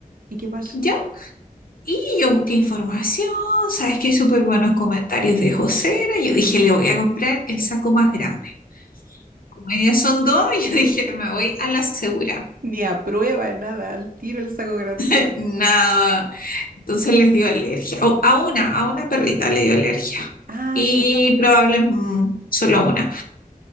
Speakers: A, on the right (about 70°); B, on the left (about 70°).
A: ¿Y qué pasó?
B: ¿ya? Y yo busqué información, sabes que hay súper buenos comentarios de josera, yo dije, le voy a comprar el saco más grande. Como ellas son dos, <laughs> yo dije, me voy a la segura.
A: Ni a prueba, nada, al tiro el saco grande.
B: <laughs> Nada, entonces les dio alergia, o a una, a una perrita le dio alergia
A: Ah,
B: y
A: solo una.
B: probablemente mm, solo a una.